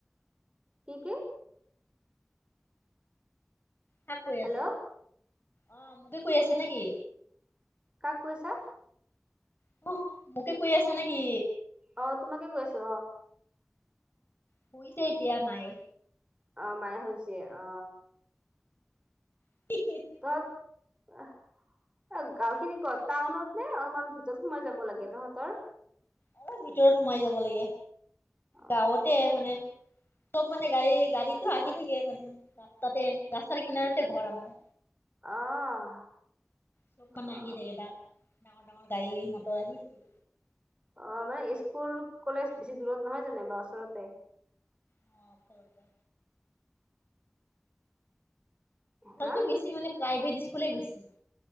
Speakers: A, on the right (about 20°); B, on the left (about 45°).
A: কি? কি?
B: কাক কৈ
A: হেল্ল'
B: আছা? অ', মোকে কৈ আছা নে কি?
A: কাক কৈ আছা?
B: <unintelligible> মোকে কৈ আছা নে কি?
A: অ', তোমাকে কৈ আছো অ'।
B: শুইছে এতিয়া মায়ে।
A: অ', মায়ে শুইছে অ'।
B: <unintelligible>
A: তত আহ। অ', গাওঁখিনি ক'ত টাউনত নে? অলমান ভিতৰত সোমাই যাব লাগে তহঁতৰ?
B: অলপ ভিতৰত সোমাই যাব লাগে
A: অ
B: গাঁৱতে মানে চব মানে গাড়ী গাড়ীটো আহি থাকে মানে ৰাস্তাতে ৰাস্তাৰ কিনাৰতে ঘৰ আমাৰ।
A: আহ
B: চব মানে
A: অ
B: আহিয়ে থাকে <unintelligible> ডাঙৰ ডাঙৰ গাড়ী মটৰ আহি থাকে।
A: অ', মানে ইস্কুল কলেজ বেছি দূৰত নহয় জানো বা ওচৰতে।
B: অ', অ', ওচৰতে।
A: হা
B: ভালটো বেছি মান প্ৰাইভেট ইস্কুলে বেছি।